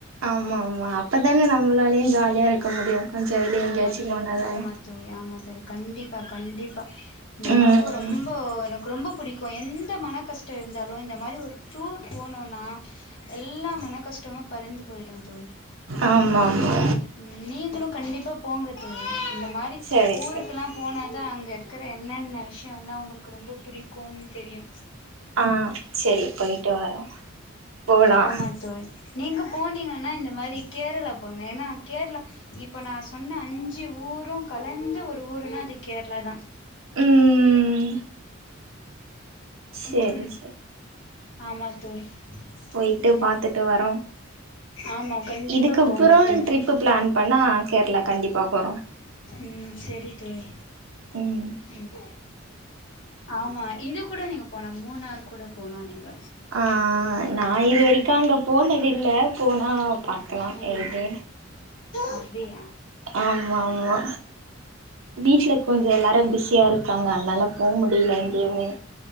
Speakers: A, on the right; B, on the left.
A: ஆமா ஆமா அப்பதானே நம்மளாலயு ஜாலியா இருக்க முடியு கொஞ்சோ வெளிய எங்கயாச்சும்
B: ஆமா தோழி
A: போனாதான
B: ஆமா தோழி ஆமா தோழி கண்டிப்பா கண்டிப்பா நெனக்கோ
A: ம்
B: ரொம்போ எனக்கு ரொம்போ புடிக்கு எந் எந்த மன கஷ்டோ இருந்தாலு இந்த மாரி ஒரு டூர் போனுன்னா எல்லா மன கஷ்டமு பறந்து போயிடு தோழி
A: ஆமா ஆமா
B: ம் நீங்களும் கண்டிப்பா போங்க தோழி இந்த மாரி
A: சரி
B: ஊருக்குல்லா
A: சரி
B: போனாதா அங்க இருக்கற என்னென்ன விஷயோல்லா உங்களுக்கு ரொம்போ புடிக்கோன் தெரியு
A: ஆ சேரி போயிட்டு வரோ போலா
B: ஆமா தோழி நீங்க போனீங்கன்னா இந்த மாரி கேரளா போங்க ஏனா கேரளா இப்ப நா சொன்ன அஞ்சு ஊரு கலந்த ஒரு ஊருன்னா அது கேரளா தா
A: ம் சரி
B: ம் ம்
A: சரி
B: ஆமா தோழி
A: போய்ட்டு
B: ம்
A: பாத்துட்டு
B: ம்
A: வரோ
B: ஆமா கண்டிப்பா
A: இதுக்கப்புறோ
B: போங்க தோழி
A: ட்ரிப்பு பிளான் பண்ண கேரளா கண்டிப்பா போறோ
B: ம் செரி தோழி
A: ம்
B: ம் ஆமா இது கூட நீங்க போல மூணார் கூட போலா நீங்க
A: அ நா
B: ஆமா
A: இது வரைக்கு அங்க போனது இல்ல போனா பாக்கலா
B: ஆ
A: எது
B: அப்டியா
A: ஆமாமா வீட்ல கொஞ்சோ எல்லாரு பிஸியா இருக்காங்க அதனால போ முடில எங்கெய்மே